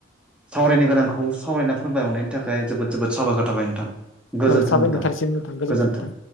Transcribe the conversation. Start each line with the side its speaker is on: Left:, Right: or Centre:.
Centre: सावरायनो गोनांखौ सावरायना फोरमायहरनायनि थाखाय जोबोद जोबोद साबायखर थाबाय नोंथां। गोजोन्थों
Left: ओ साबाय
Centre: नोंथां
Left: नोंथांसिम
Centre: गोजोन्थों
Left: नोंथां